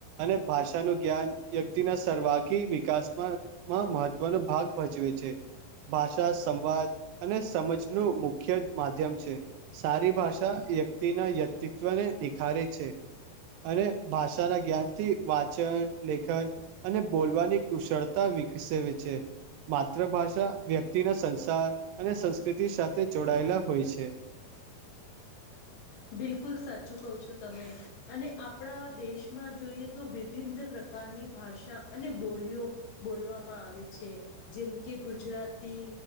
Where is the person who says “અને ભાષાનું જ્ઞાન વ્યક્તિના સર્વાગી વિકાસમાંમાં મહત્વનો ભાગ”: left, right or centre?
Right